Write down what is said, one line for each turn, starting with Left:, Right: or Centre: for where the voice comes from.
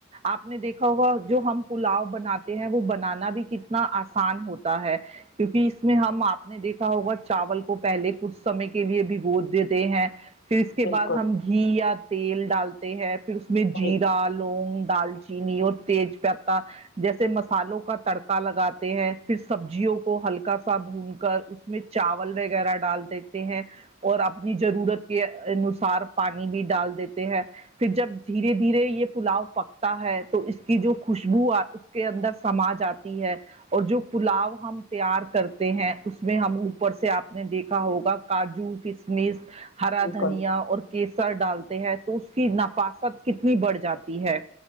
Right: آپ نے دیکھا ہوگا جو ہم پلاؤ بناتے ہیں وہ بنانا بھی کتنا آسان ہوتا ہے کیونکی اس میں ہم آپ نے دیکھا ہوگا چاول کو پہلے کچھ سمے کے لیے بھی گود دیتے ہیں پھر اس کے
Left: بالکل
Right: بعد ہم گھی یا تیل ڈالتے ہیں پھر اس میں جیرا
Left: صحیح،
Right: لونگ ڈال چینی اور تیج پتہ جیسے مسالوں کا تڑکا لگاتے ہیں پھر سبزیوں کو ہلکا سا بھون کر میں چاول وغیرہ ڈال دیتے ہیں اور اپنی ضرورت کے انوسار پانی بھی ڈال دیتے ہیں پھر جب دھیرے دھیرے یے پلاؤ پک تا ہے تو اس کی جو خوشبو اس کے اندر سما جا تی ہے اور جو پلاؤ ہم تیار کرتے ہیں اس میں ہم اوپر سے آپ نے دیکھا ہوگا کاجو کشمش ہرا
Left: بالکل
Right: دھنیا اور کے سر ڈالتے ہیں تو اس کی نفاست کتنی بڑھ جاتی ہے